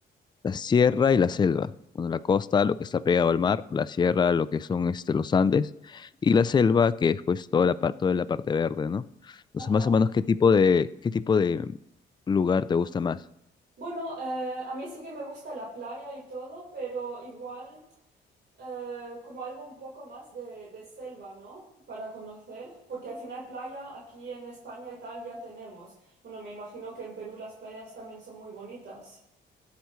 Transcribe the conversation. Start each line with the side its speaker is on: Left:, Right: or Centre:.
Left: la sierra y la selva. Bueno, la costa, lo que está pegado al mar, la sierra, lo que son este, los Andes, y
Right: Ujú.
Left: la selva, que es pues toda la parte, toda la parte verde, ¿no? Entonces,
Right: Ajá.
Left: más o menos, ¿qué tipo de, qué tipo de lugar te gusta más?
Right: Bueno, eh, a mí sí que me gusta la playa y todo, pero igual eh, como algo un poco más de, de selva, ¿no? Para conocer, porque al final playa aquí en España y tal ya tenemos. Bueno, me imagino que en Perú las playas también son muy bonitas.